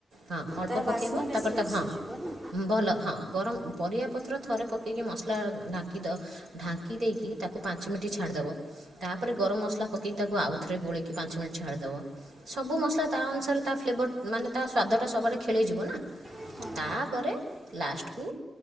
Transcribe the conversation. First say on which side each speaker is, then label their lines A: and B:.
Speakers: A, on the right; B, on the right.
A: ହଁ ଅଳ୍ପ
B: ତାର
A: ପକେଇବ
B: ବାସ୍ନା ବେଶୀ
A: ତାପରେ ତାକୁ
B: ଆସିଯିବ
A: ହଁ
B: ନା
A: ଭଲ ହଁ ଗରମ ପରିବା ପତ୍ର ଥରେ ପକେଇକି ମସଲା ଢାଙ୍କି ଦବ। ଢାଙ୍କି ଦେଇକି ତାକୁ ପାଞ୍ଚ ମିନିଟ ଛାଡିଦବ ତାପରେ ଗରମ ମସଲା ପକେଇକି ତାକୁ ଆଉଥରେ ଗୋଳେଇକି ପାଞ୍ଚ ମିନିଟ୍ ଛାଡିଦବ ସବୁ ମସଲା ତା ଅନୁସାରେ ତା ଫ୍ଲେବର ମାନେ ତା ସ୍ଵାଦ ଟା ସବୁଆଡେ ଖେଳେଇ ଯିବ ନା
B: ହଁ
A: ତାପରେ ଲାଷ୍ଟକୁ